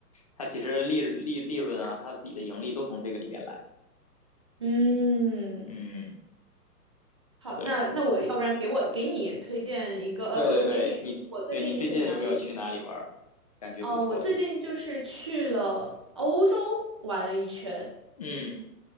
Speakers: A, on the left; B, on the right.
A: 它其实利利利润啊，它自己的盈利都从这个里面来。
B: 嗯，
A: 嗯，
B: 好，
A: 对
B: 那那我要不然给我给你推荐一个，呃，
A: 对对对，
B: 或者说给你我最近去哪里
A: 你对你最近有没有去哪里玩儿？感觉不错的。
B: 呃，我最近就是去了欧洲玩了一圈，
A: 嗯，